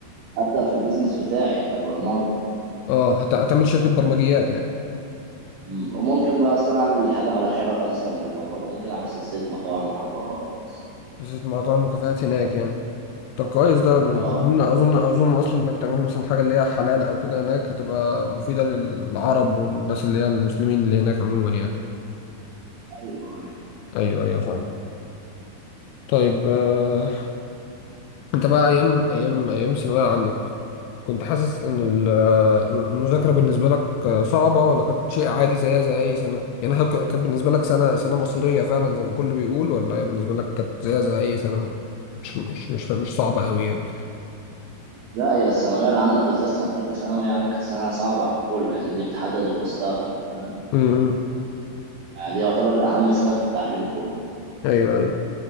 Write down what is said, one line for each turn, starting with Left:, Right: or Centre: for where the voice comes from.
Right: ابدأ في البيزنس بتاعي في البرمجة
Left: اه هت- هتعمل شركه برمجيات يعني
Right: مم. وممكن بقى اصلا اعمل حاجة ملهاش علاقة اصلا بالبرمجة ممكن اعمل سلسلة مطاعم وكافيهات مثلا
Left: شركه مطاعم وكافيهات هناك يعني طب كويس ده اظن
Right: اه
Left: اظن اظن اصلا انك تعمل مثلا حاجه اللي هي حلال او كده هناك هتبقى مفيده للعرب والناس اللي هي المسلمين اللي هناك عموما يعني
Right: ايوه ايوه
Left: ايوه ايوه فاهم طيب آه، انت بقى ايام ايام ايام ثانويه عامه كنت حاسس ان ال- المذاكره بالنسبه لك صعبه ولا كانت شيء عادي زيها زي اي سنه يعني هل كانت بالنسبه لك سنه سنه مصيريه فعلا زي ما الكل بيقول ولا هي بالنسبه لك كانت زيها زي اي سنه مش مش مش مش صعبه قوي يعني
Right: لا هي الثانوية العامة بالذات سنة تالتة ثانوي يعني كانت سنة صعبة على الكل لان دي بتحدد المستقبل فاهم
Left: امم
Right: يعني دي يعتبر اهم سنة في التعليم كله
Left: ايوه ايوه